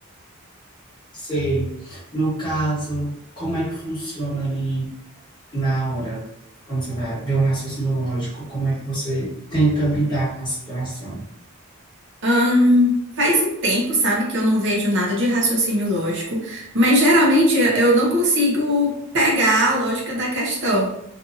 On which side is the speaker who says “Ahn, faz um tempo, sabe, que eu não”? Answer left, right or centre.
Right